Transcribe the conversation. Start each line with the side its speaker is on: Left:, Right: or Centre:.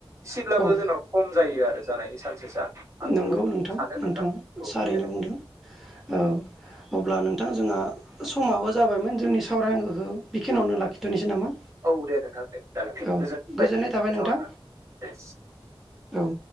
Right: एसेब्लाबो
Centre: औ
Right: जोंनाव खम जायो आरो जानायनि सान्सेसा आं
Centre: नंगौ
Right: बेखौ
Centre: नोंथां
Right: सानो
Centre: नोंथाङा
Right: औ
Centre: सारैनो
Right: दे
Centre: बुंदों औ अब्ला नोंथां जोंहा समाबो जाबायमोन जोंनि सावरायखौ बिखिनियावनो लाखिथ'नोसै नामा?
Right: औ दे नोंथां दे जागोन दे
Centre: औ
Right: गोजोनबाय
Centre: गोजोननाय थाबाय नोंथां
Right: सावरायनानै दे।
Centre: औ